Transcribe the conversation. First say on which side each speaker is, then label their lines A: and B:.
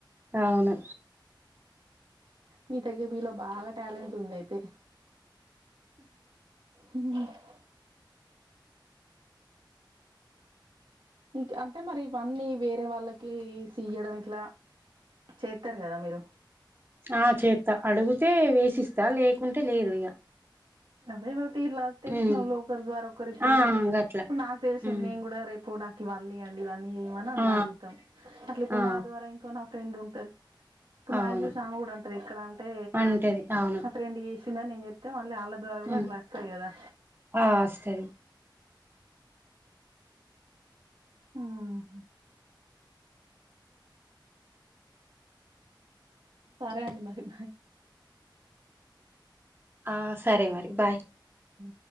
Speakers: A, on the right; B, on the right.
A: అవును
B: మీ తగ మీలో బాగా టాలెంట్ ఉందయితే హ ఇంకా అంటే మరి ఇవన్నీ వేరే వాళ్ళకి సెయ్యడం ఇట్లా చేతరు కదా మీరు
A: ఆ చేత అడుగితే వేసిస్తా లేకుంటే లేరు ఇగ
B: అవేవవ్ తీర్లా తెల్సినోళ్ళు
A: ఉమ్
B: ఒకర్ ద్వారా ఒకరిప్పుడు
A: ఆ గట్లా
B: ఇప్పుడు నాక్ తెల్సింది
A: హ్మ్
B: నేన్ కూడా రే ఇప్పుడు నాకు ఇవళీయంండి ఇవన్నీ ఇవని
A: ఆ
B: అడుగుతాం అట్లా ఇప్పుడు
A: ఆ
B: నా ద్వారా ఇం ఇక్కడ నా ఫ్రెండ్ ఉంటది ఇప్పుడు
A: అవును
B: నాయ్చూసి ఆమ్ కూడా అంటది ఎక్కడ అంటే
A: అంటది అవును
B: ఫ్రెండ్ చేసిందన్ నేన్ చెప్తే మళ్ళీ వాళ్ళ ద్వారా కూడా
A: హ్మ్
B: అట్ల అస్తాయ్ కదా
A: ఆ వస్తయ్
B: హ్మ్ సరే అండి మరి బాయ్
A: ఆ సరే మరి బాయ్
B: ఆ